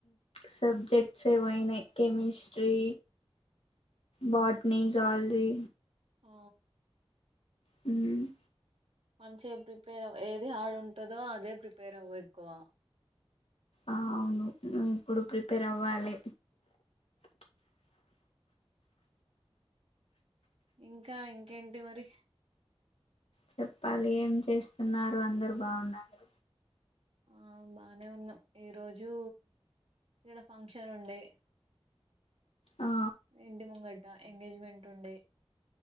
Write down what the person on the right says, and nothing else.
ఆ
మంచిగా ప్రిపేర్వ అవ్వు ఏది హార్డ్ ఉంటందో అదే ప్రిపేర్ అవ్వ ఎక్కువ
ఇంకా ఇంకేంటి మరి
ఆ బానే ఉన్నాం ఈరోజు ఇక్కడ ఫంక్షన్ ఉండే
ఇంటి ముంగట ఎంగేజ్మెంట్ ఉండే